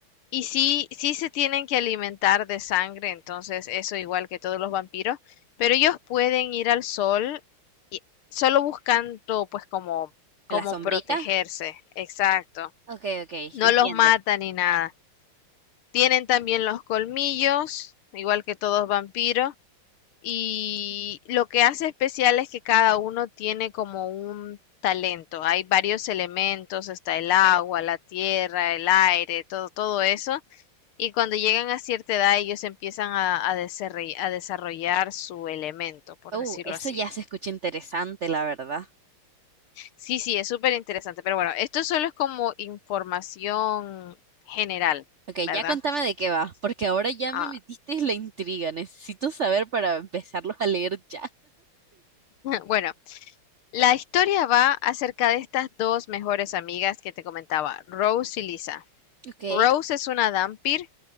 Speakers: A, on the left; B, on the right.
A: Y sí, sí se tienen que alimentar de sangre, entonces eso igual que todos los vampiros, pero ellos pueden ir al sol y solo buscando pues como, como
B: ¿En la sombrita?
A: protegerse. Exacto.
B: Ok, ok,
A: No
B: entiendo.
A: los matan ni nada. Tienen también los colmillos, igual que todos vampiros, y lo que hace especial es que cada uno tiene como un talento. Hay varios elementos, está el agua, la tierra, el aire, todo, todo eso. Y cuando llegan a cierta edad, ellos empiezan a, a deserre- a desarrollar su elemento, por
B: Uh,
A: decirlo
B: eso
A: así.
B: ya se escucha interesante, la verdad.
A: Sí, sí, es súper interesante. Pero bueno, esto solo es como información general,
B: Ok,
A: ¿verdad?
B: ya contame de qué va, porque ahora ya me
A: Ah,
B: metiste en la intriga. Necesito saber para empezarlos a leer ya.
A: <laughs> bueno, la historia va acerca de estas dos mejores amigas que te comentaba, Rose y Lisa.
B: Ok.
A: Rose es una Dampir